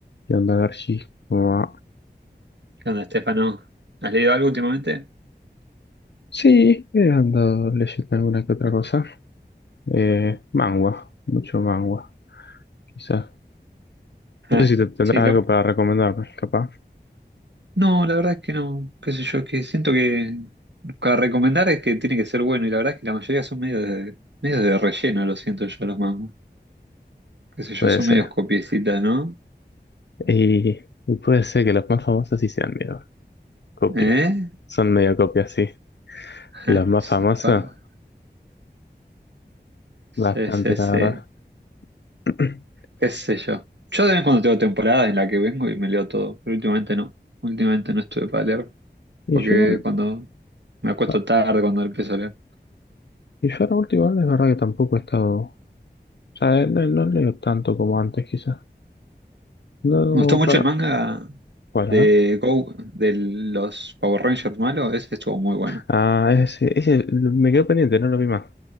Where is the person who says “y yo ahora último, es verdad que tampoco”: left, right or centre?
Left